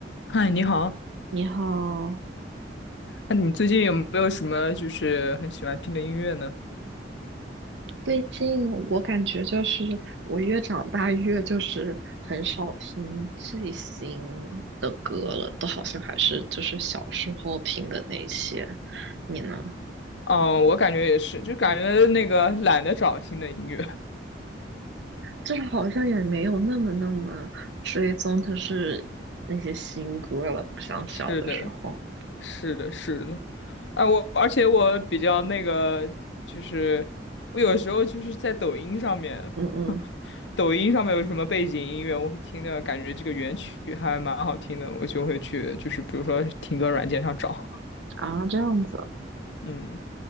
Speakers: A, on the left; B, on the right.
A: 嗨，你好。
B: 你好，
A: 那你最近有没有什么就是很喜欢听的音乐呢？
B: 最近我感觉就是我越长大越就是很少听最新的歌了，都好像还是就是小时候听的那些。你呢？
A: 哦，我感觉也是，就感觉那个懒得找新的音乐。<laughs>
B: 就是好像也没有那么那么追踪，就是那些新歌了，不像小的时候。
A: 是的，是的，是的。啊，我而且我比较那个，就是我有时候就是在抖音上面，
B: 嗯嗯
A: <laughs> 抖音上面有什么背景音乐，我会听的感觉这个原曲还蛮好听的，我就会去就是比如说听歌软件上找。
B: 啊，这样子，
A: <laughs> 嗯，